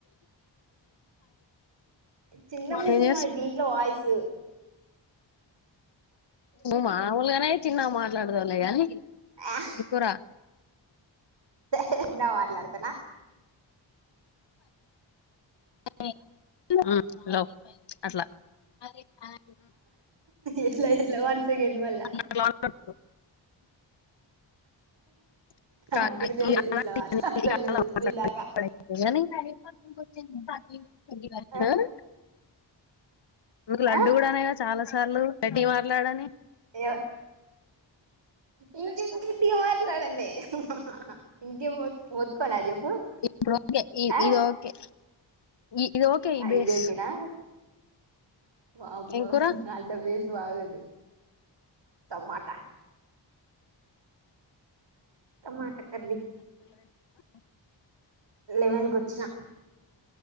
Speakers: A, on the right; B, on the left.
A: చిన్న వస్తుంది
B: ఏ
A: దీంట్లో వాయిసు
B: మాములుగానే చిన్న మాట్లాడుతావులే గాని
A: ఆ
B: కూర
A: చిన్నగా మాట్లాడుతన
B: <unintelligible> హలో అట్లా అ
A: ఎట్లా ఎట్లా వన్ సెకండ్ మళ్ళా
B: అట్లా <unintelligible>
A: నాకు కూడా తెలీదు ఇట్లా మాట్లాడతాను నువ్వు చెప్పేదాకా ఆ
B: అందుకు లడ్డు
A: ఆ
B: కూడా అనే కదా చాలా సార్లు గట్టిగ మాట్లాడని
A: ఏవ ఇంకేంతి గట్టిగ మాట్లాడన్నే హా ఇంకేం మోత్ మోత్కోనా చెప్పు
B: ఇప్పుడోకే ఇది
A: ఆ
B: ఓకే ఈ ఇది ఓకే ఈ బేస్
A: ఇది ఓకేనా వామ్మో
B: ఏమ్ కూర
A: అంత బేస్ బాగోదు టమాటా టమాటా కర్రీ లెవెన్ కూ వచ్చిన